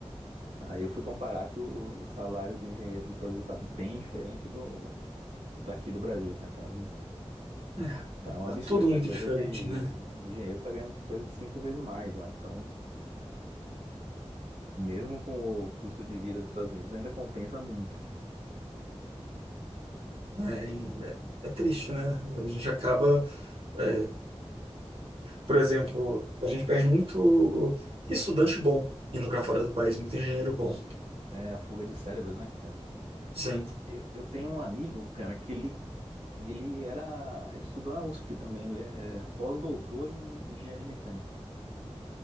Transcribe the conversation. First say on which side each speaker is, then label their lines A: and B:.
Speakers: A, on the right; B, on the right.
A: Aí eu fui comparar que o, o salário do engenheiro nos Estados Unidos tá bem diferente do daqui do Brasil, cara. Tá, um-
B: É,
A: tá um
B: tá
A: absurdo,
B: tudo muito
A: tá coisa
B: diferente,
A: de...
B: né?
A: O Engenheiro tá ganhando coisa de cinco vezes mais lá, então... Mesmo com o custo de vida dos Estados Unidos, ainda compensa muito.
B: né, e É, é triste, né? A gente acaba, é, por exemplo, a gente perde muito estudante bom indo para fora do país, muito engenheiro bom,
A: É a fuga de cérebros, né, cara?
B: sim.
A: Eu, eu tenho um amigo, cara, que ele, E ele era, ele estudou na USP também, ele é pós-doutor em engenharia mecânica.